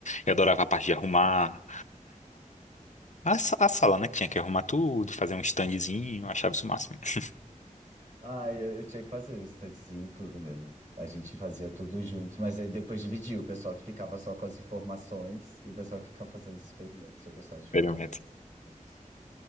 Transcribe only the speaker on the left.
Eu adorava a parte de arrumar, A, sa- a sala, né? Que tinha que arrumar tudo, fazer um standzinho, eu achava isso o máximo. <laughs>
Experimento.